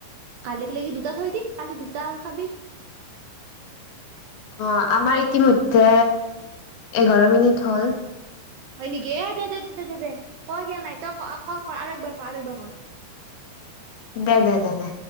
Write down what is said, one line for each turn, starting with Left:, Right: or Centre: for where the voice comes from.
Right: কাল লাগি দুটাত। থৈ দি কালি দুটা আৰু খাবি।
Left: অ' আমাৰ ইতিমধ্যে এঘাৰ মিনিট হল।
Right: হয় নেকি এ দে দে ক কিয়া নাই তই ক কৰ আৰু একবাৰ কৰ আৰু একবাৰ কৰ।
Left: দে দে দে দে।